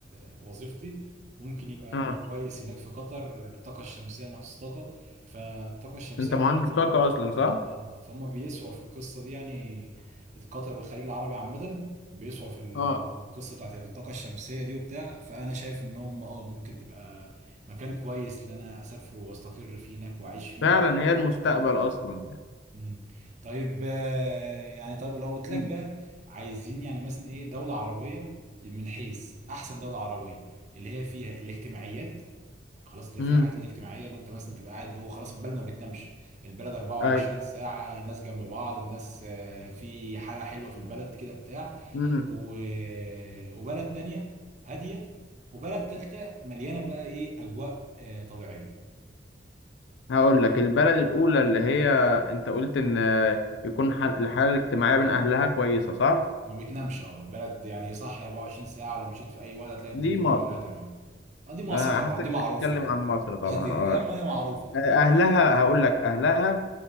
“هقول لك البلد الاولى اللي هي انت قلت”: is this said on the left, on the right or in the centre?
Left